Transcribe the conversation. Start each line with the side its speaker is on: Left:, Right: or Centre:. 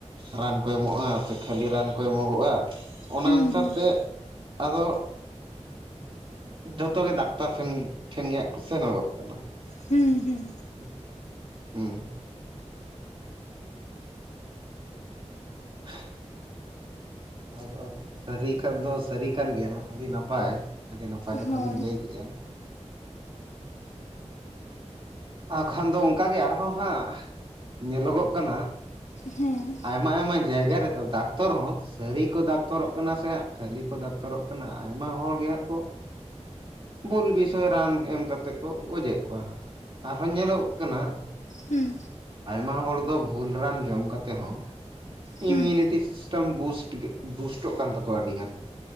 Right: ᱨᱟᱱ ᱠᱚ ᱮᱢᱚᱜᱼᱟ ᱥᱮ ᱠᱷᱟᱹᱞᱤ ᱨᱟᱱ ᱠᱚ ᱮᱢᱚᱜᱚᱜᱼᱟ, ᱚᱱᱟ
Left: ᱦᱩᱸ
Right: ᱚᱸᱥᱟᱨ
Left: ᱦᱩᱸ
Right: ᱛᱮᱜ ᱟᱫᱚᱜ ᱡᱚᱛᱚ ᱜᱮ ᱫᱟᱠᱛᱟᱨ ᱛᱷᱮᱱ ᱴᱷᱮᱱ ᱜᱮ ᱦᱟᱸᱜ ᱠᱚ ᱥᱮᱱᱚᱜᱚᱜ ᱠᱟᱱᱟ᱾
Left: ᱦᱩᱸ ᱦᱩᱸ
Right: <unintelligible> ᱦᱩᱸ, <unintelligible> ᱟᱫᱚ ᱟᱢ ᱥᱟᱹᱨᱤ ᱠᱷᱟᱱ ᱫᱚ ᱥᱟᱹᱨᱤ ᱠᱟᱱ ᱜᱮᱭᱟ ᱦᱟᱸᱜ ᱟᱹᱰᱤ ᱱᱟᱯᱟᱭ᱾ ᱟᱹᱰᱤ ᱱᱟᱯᱟᱭ ᱠᱟᱛᱷᱟ
Left: ᱦᱳᱭ
Right: ᱵᱤᱱ ᱞᱟᱹᱭ ᱠᱮᱜᱼᱟ, ᱟᱠᱷᱟᱱ ᱫᱚ ᱚᱸᱠᱟᱜᱮ ᱜᱮ ᱟᱨᱦᱚᱸ ᱦᱟᱸᱜ ᱧᱮᱞᱚᱜᱚᱜ ᱠᱟᱱᱟ,
Left: ᱦᱮᱸ,
Right: ᱟᱭᱢᱟ ᱟᱭᱢᱟ ᱡᱟᱭᱜᱟ ᱨᱮᱫᱚ ᱫᱟᱠᱛᱚᱨ ᱦᱚᱸ ᱥᱟᱹᱨᱤ ᱠᱚ ᱫᱟᱠᱛᱚᱨᱚᱜ ᱠᱟᱱᱟ ᱥᱮ ᱦᱟᱸᱜ ᱠᱷᱟᱹᱞᱤ ᱠᱚ ᱫᱟᱠᱛᱚᱨᱚᱜ ᱠᱟᱱᱟ, ᱟᱭᱢᱟ ᱦᱚᱲ ᱜᱮ ᱦᱟᱸᱜ ᱠᱚᱜ ᱵᱩᱞ ᱵᱤᱥᱚᱭ ᱨᱟᱱ ᱮᱢ ᱠᱟᱛᱮ ᱠᱚ ᱜᱚᱡᱽ ᱮᱫ ᱠᱚᱣᱟ ᱦᱟᱸᱜ᱾ ᱟᱨᱦᱚᱸ ᱧᱮᱞᱚᱜᱚᱜ ᱠᱟᱱᱟ
Left: ᱦᱩᱸ
Right: ᱟᱭᱢᱟ ᱦᱚᱲ ᱫᱚ ᱵᱷᱩᱞ ᱨᱟᱱ ᱡᱚᱢ ᱠᱟᱛᱮ ᱦᱚᱸ
Left: ᱦᱩᱸ
Right: ᱤᱢᱤᱞᱤᱴᱤ ᱥᱤᱥᱴᱟᱢ ᱵᱩᱥᱴ ᱜᱮ ᱵᱩᱥᱴᱚᱜ ᱠᱟᱱ ᱛᱟᱠᱚᱣᱟ ᱟᱹᱰᱤ ᱜᱟᱱ᱾